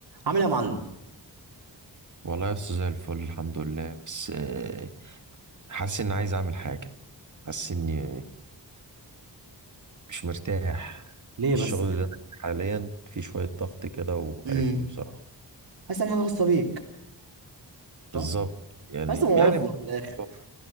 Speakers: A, on the right (about 70°); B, on the right (about 45°).
A: عامل ايه يا معلم
B: والله يا أستاذ زي الفل الحمد لله بس آه، حاسس إني عايز أعمل حاجة حاسس إني مش مرتاح
A: ليه
B: الشغل
A: بس كده
B: اللي أنا فيه حاليا فيه شوية ضغط كده وقرفني
A: امم
B: بصراحة
A: حاسس ان حاجه خاصه بيك
B: بالظبط
A: صح
B: يعني
A: مش حاسس إني
B: يعني
A: موظف
B: من ضمن
A: من الاخر
B: الأفكار،